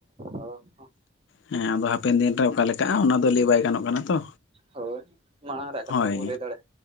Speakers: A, on the right; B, on the left.
A: ᱚ ᱦᱚᱸ
B: ᱦᱮᱸ ᱟᱫᱚ ᱦᱟᱯᱮᱱ ᱫᱤᱱᱨᱮ ᱚᱠᱟᱠ ᱚᱱᱟ ᱫᱚ ᱞᱟᱹᱭ ᱵᱟᱭ ᱜᱟᱱᱚᱜ ᱠᱟᱱᱟ ᱛᱚ,
A: ᱦᱳᱭ ᱢᱟᱲᱟᱝ ᱨᱮᱭᱟᱜ ᱠᱟᱛᱷᱟ
B: ᱦᱳᱭ
A: ᱵᱟᱵᱚᱱ ᱞᱟᱹᱭ ᱫᱟᱨᱮᱼᱟ᱾